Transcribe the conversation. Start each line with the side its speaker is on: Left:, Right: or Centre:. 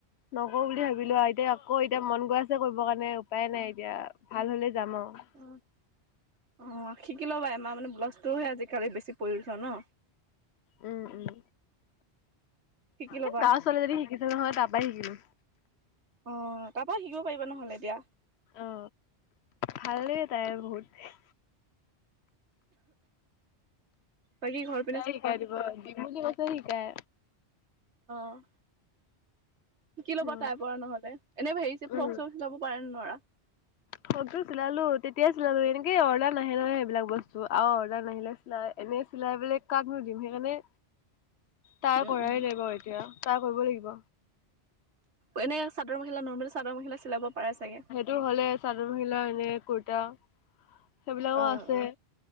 Left: নগও বুলি ভাবিছিলোঁ। ভাবি লোৱা এতিয়া আকৌ এতিয়া মন গৈ আছে কৰিব কাৰণে উপায় নাই এতিয়া ভাল হলে যাম আৰু।
Right: অ' অ' শিকি ল'বা আমাৰ মানে ব্লাউজটোহে আজিকালি বেছি প্ৰয়োজন ন।
Left: উম উম।
Right: শিকি লবা।
Left: এই গাঁৱৰ ছোৱালীজনী শিকিছে নহয় তাৰ পৰা শিকিলো।
Right: অ' তাৰ পৰা শিকিব পাৰিবা নহলে এতিয়া।
Left: অ ভালে তাইৰ বহুত।
Right: বাকী ঘৰত
Left: তাই শিকাই দিব, দিম বুলি কৈছে শিকাই।
Right: অ শিকি ল'বা
Left: উম,
Right: তাইৰ পৰা নহলে এনেই হেৰি ছেৰি
Left: উম।
Right: ফ্ৰ'ক চৰক চিলাব পাৰে নে নোৱাৰা
Left: ফ্ৰ'কতো চিলালো তেতিয়াই চিলালো এনেকেই অৰ্ডাৰ নাহে নহয় সেইবিলাক বস্তু আৰু অৰ্ডাৰ নাহিলে নাই এনে চিলাই মেলি কাকনো দিম সেইকাৰণে
Right: <inaudible>
Left: ট্ৰাই
Right: উম
Left: কৰাই
Right: উম
Left: নাই বাও এতিয়া ট্ৰাই কৰিব লাগিব
Right: এনে চাদৰ মেখেলা নৰ্মেল চাদৰ মেখেলা চিলাব পাৰে চাগে।
Left: তোৰ হ'লে চাদৰ মেখেলা এনে কুৰ্তা সেইবিলাকো
Right: অ',
Left: আছে
Right: অ',